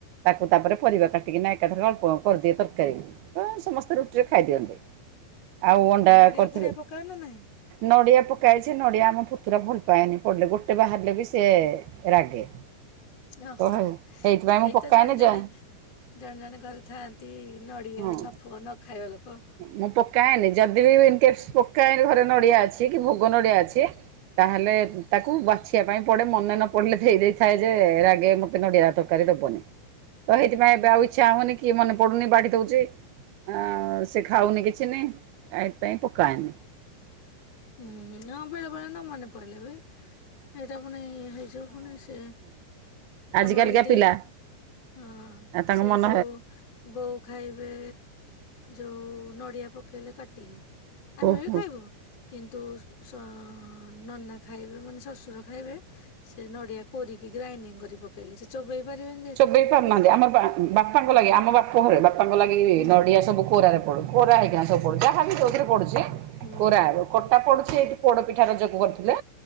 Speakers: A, on the right; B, on the left.
A: ତାକୁ ତାପରେ ପରିବା କାଟିକି ନାଇ ଏକାଥର ଅଳ୍ପ କରିଦିଏ ତରକାରୀ। ତ ସମସ୍ତେ ରୁଟିରେ ଖାଇଦିଅନ୍ତି। ଆଉ ଅଣ୍ଡା
B: ହଁ ନଡିଆ
A: କରିଥିଲେ।
B: ଫଡିଆ ପକାଅ ନା ନାହିଁ?
A: ନଡ଼ିଆ ପକାଏ ଯେ, ନଡ଼ିଆ ଆମ ପୁତୁରା ଭଲ ପାଏନି ପଡ଼ିଲେ ଗୋଟେ ବାହାରିଲେ ବି ସେ ରାଗେ
B: ଓହୋ
A: ତ ହେଇଥିପାଇଁ
B: ହେଇତ
A: ମୁଁ ପକାଏନି
B: ଜଣେ ଜଣେ
A: ଯ
B: ଜଣେ ଜଣେ ଘରେ ଥାଆନ୍ତି, ନଡିଆ
A: ହଁ।
B: ନ ଫୁଅ ନ ଖାଇବା ଲୋକ
A: ମୁଁ ପକାଏନି ଯଦି ବି ଇନ କେସ୍ ପକାଏନି ଘରେ ନଡିଆ ଅଛି କି, ଭୋଗ ନଡିଆ ଅଛି। ତାହେଲେ ତାକୁ ବାଛି ରଖିବା ପାଇଁ ପଡେ ମନେ ନ ପଡିଲେ ତ <unintelligible> ଦେଇଥାଏ ଯେ ରାଗେ ମତେ ନଡିଆରେ ତରକାରୀ ଦବନି। ତ ସେଇଥିପାଇଁ
B: ଉଁ
A: ଏବେ ଆଉ ଇଚ୍ଛା ହଉନି କି ମନେ ପଡୁନି ବାଢି ଦଉଛି ଆ ସେ ଖାଉନି କିଛି ନାହିଁ, ଏଥିପାଇଁ ପକାଏନି।
B: ହୁଁ, ହଁ ବେଳେ, ବେଳେ ନ ମନେ ପଡିଲେ ବି ଏଇଟା ପୁଣି ହେଇ ଯୋଉ ହଁ ମାନେ ସେ
A: ଆଜିକାଲିକା
B: ଆମର ହିନ୍ଦୀ
A: ପିଲା
B: ହଁ
A: ତାଙ୍କ
B: ସେ
A: ମନ
B: ଯୋଉ ବୋଉ ଖାଇବେ ଯୋଉ ନଡିଆ ପକେଇଲେ କାଟିକି, ଆମେ
A: ଓହୋ
B: ବି ଖାଇବୁ କିନ୍ତୁ ଶ ନନା ଖାଇବେ ମାନେ ଶଶୁର ଖାଇବେ, ସେ ନଡିଆ କୋରିକି ଗ୍ରାଇଣ୍ଡିଙ୍ଗ କରିପ ପକେଇଲେ ସେ ଚୋବେଇ ପାରିବେନି ଯେ,
A: ଚୋବେଇ ପାରୁନାହାନ୍ତି, ଆମ ବା ବାପାଙ୍କ ଲାଗି ଆମ ବାପ ଘରେ ବାପାଙ୍କ ଲାଗି
B: ହୁଁ
A: ନଡିଆ ସବୁ କୋରାରେ ପଡୁ, କୋରାହେଇକିନା ସବୁ ପଡୁଛି, ଯାହାବି ହଉ ଯୋଉଥିରେ ପଡୁଛି
B: ହୁଁ
A: କୋରା କଟା ପଡୁଛି, ଏଇଠି ପୋଡ ପିଠା ରଜ କୁ କରିୁଥିଲେ